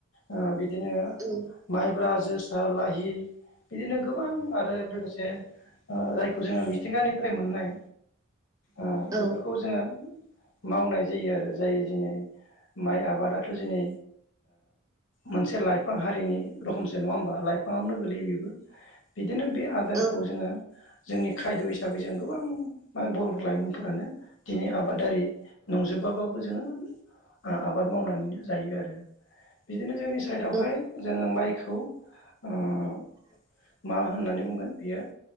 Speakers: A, on the left; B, on the right.
A: ओ बिदिनो
B: औ
A: माइब्रा जोसा लाहि बिदिनो गोबां आरो लोगोसे ओ जायखौ जोङो मिथिंगानिफ्राय मोननाय ओ बेफोरखौ
B: औ
A: जोङो मावनाय जायो आरो जाय दिनै माइ आबादाथ' दिनै मोनसे लाइफां हारिनि रखोमसो नङा होमबा लाइफाङावनो गोगलैयो बेबो बिदिनो बे आदारखौ
B: औ
A: जोङो जोंनि खायद' हिसाबै जों गोबां बर' लाइमोनफोरानो दिनै आबादारि नंजोबाबाबो जोङो ओ आबाद मावनानैनो जायो आरो बिदिनो जोंनि साइदआवहाय
B: औ
A: जोङो माइ खौ ओ
B: औ
A: मा होननानै बुंगोन बियो